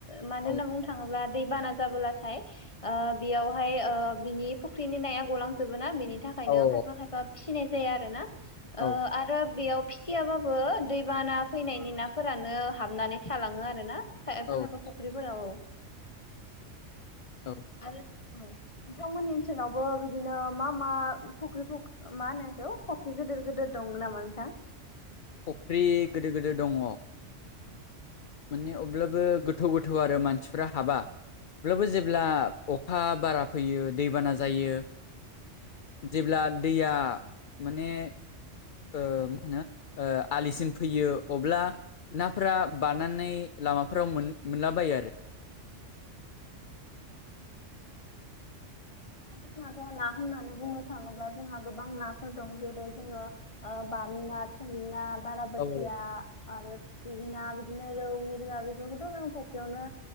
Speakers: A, on the left; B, on the left.
A: मानो
B: औ
A: होनना बुंनो थाङोब्ला दै बाना जाबोलाथाय बेयावहाय बिनि फुख्रिनि नाया गलांजोबोोना बिनि थाखाय
B: औ
A: नो खायफा खायफा फिसिनाय जायो आरोोना
B: औ
A: आरो बेयाव फिसियाबाबो दैबाना फैनायनि नाफोरानो हाबनानै थालाङो आरो ना एफा
B: औ
A: सफा फाखख्रिबो औ
B: औ
A: आरो औ नोंथांमोननि ओनसोलावबो बिदिनो मा मा फुख्रि मा होनोखौ फुख्रि गिदिर गिदिर दं नामा नोंथां?
B: फुख्रि गोिदो गोदिर दङ।
A: औ
B: माने अब्लाबो गोथौ गोथौ आरो मानसिफ्रा हाबा। अब्लाबो जेब्ला अखा बारा फैयो दैबाना जायो जेब्ला दैया माने ओ मा होनो ओ आलिसिम फैयो अब्ला नाफोरा बारनानै लामाफोराव मोनलाबायो आरो
A: उम। दा जोंनााथ' ना होननानै बुंनो थाङोब्ला जोंहा गोबां नाफोर दं जेरै जोङो ओ बामिना थुरिना बारा बाथिया
B: औ
A: आरो फिथि बिना बिदिनो रौ मिरङा बेफोरखौथ' जों फसेयावनो